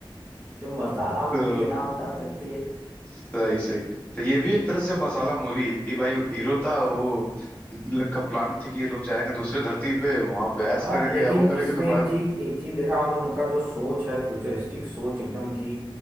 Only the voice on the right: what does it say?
जो मसाला
मूवी के नाम चल सकती है
हाँ
लेकिन
इसमें
एक चीज एक चीज देखा मतलब उनका जो सोच है फ्यूचरिस्टिक सोच एकदम की